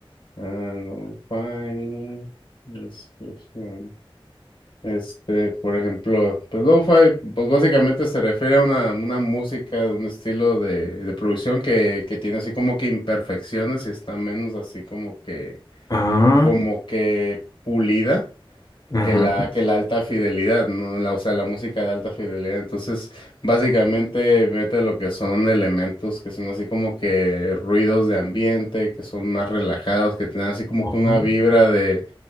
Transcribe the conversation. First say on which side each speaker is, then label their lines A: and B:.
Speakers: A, on the left; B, on the left.
A: ah, Lo-Fi description. Este, por ejemplo, pues lo-fi, pues básicamente se refiere a una, una música, un estilo de, de producción que, que tiene así como que imperfecciones y está menos así como que,
B: Ah,
A: como que pulida
B: ajá.
A: que la, que la alta fidelidad, ¿no? La, o sea, la música de alta fidelidad. Entonces, básicamente mete lo que son elementos que son así como que ruidos de ambiente, que son más relajados, que tienen así como
B: oh,
A: que una vibra de